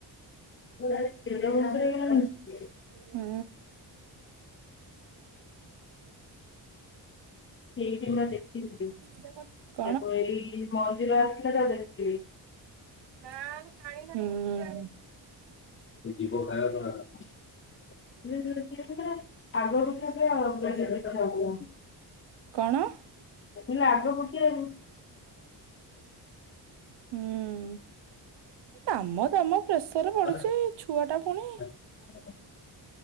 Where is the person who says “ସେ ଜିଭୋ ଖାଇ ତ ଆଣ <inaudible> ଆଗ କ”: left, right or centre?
Left